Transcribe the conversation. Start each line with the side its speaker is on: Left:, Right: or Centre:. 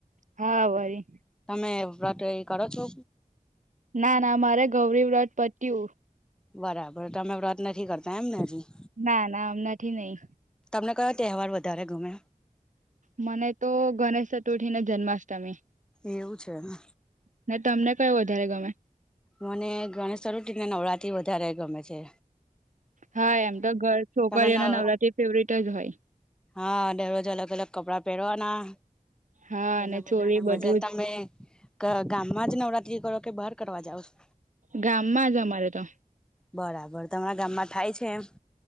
Right: હા વરી
Centre: તમે વત કરો છો.
Right: ના ના મારે ગૌરી વ્રત પત્યું
Centre: બરાબર તમે વ્રત નથી કરતા એમ ને હજી
Right: ના ના હમનાથી નહી
Centre: તમને કયો તહેવાર વધારે ગમે
Right: મને તો ગણેશ ચતુર્થી ને જન્માષ્ટમી
Centre: એવું છે ને.
Right: ને તમને કયો વધારે ગમે
Centre: મને ગણેશ ચતુર્થી ને નવરાતી વધારે ગમે છે.
Right: હા એમ તો ઘર છોકરીઓ
Centre: તમે નવ
Right: અને નવરાત્રી ફેવરિટ જ હોય
Centre: હા દરરોજ અલગ અલગ કપડાં પહેરવાના
Right: હા
Centre: એટલે
Right: અને
Centre: બધાને
Right: ચોલી બધું
Centre: મજા
Right: જ
Centre: તમે ગામમાં જ નવરાત્રી કરો કે બહાર કરવા જાઓ છો?
Right: ગામમાં જ અમારે તો
Centre: બરાબર તમારા ગામમાં થાય છે એમ?